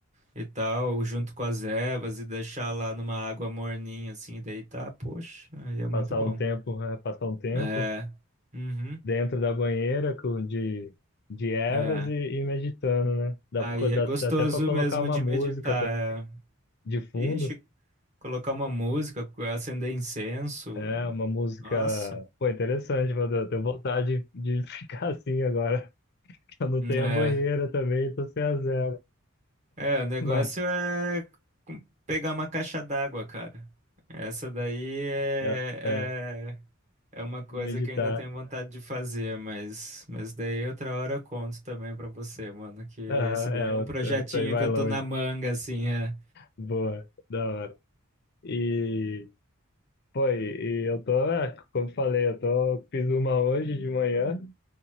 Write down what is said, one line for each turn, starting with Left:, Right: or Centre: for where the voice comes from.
Right: e tal, junto com as ervas e deixar lá numa água morninha assim, e deitar, poxa, aí é muito
Left: passar
Right: bom.
Left: um tempo, é, passar um tempo
Right: É. Uhum.
Left: dentro da banheira com de, de ervas
Right: É.
Left: e, e meditando, né? Dá,
Right: Aí
Left: pra co- dá,
Right: é gostoso
Left: dá até para colocar
Right: mesmo
Left: uma
Right: de
Left: música
Right: meditar.
Left: tá- de fundo
Right: É. Ixi, colocar uma música, acender incenso.
Left: É uma música,
Right: Nossa.
Left: pô, interessante, mas eu tenho vontade de de <laughs> ficar assim agora, eu não tenho
Right: É.
Left: a banheira também, tô sem a zero,
Right: É, o negócio
Left: mas
Right: é com- pegar uma caixa d'água, cara. Essa daí é,
Left: dá, é, dá
Right: é, é uma
Left: pra
Right: coisa
Left: meditar,
Right: que eu ainda tenho vontade de fazer, mas, mas daí outra hora eu conto também pra você, mano, que esse
Left: Aham,
Right: daí
Left: é,
Right: é
Left: o-
Right: um projetinho
Left: é, isso aí vai
Right: que eu
Left: longe,
Right: tô na manga, assim, é.
Left: boa, da hora. E, pô, e, e eu tô, é, como falei, eu tô, fiz uma hoje de manhã,